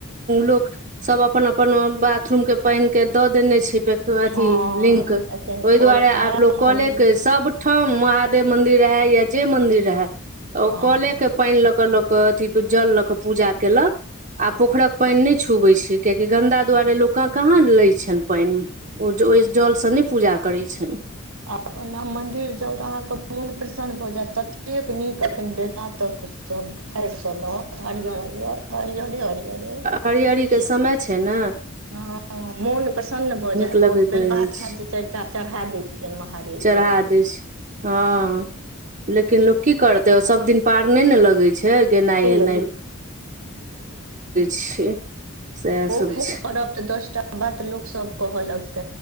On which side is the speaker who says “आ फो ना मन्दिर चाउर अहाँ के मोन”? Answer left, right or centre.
Right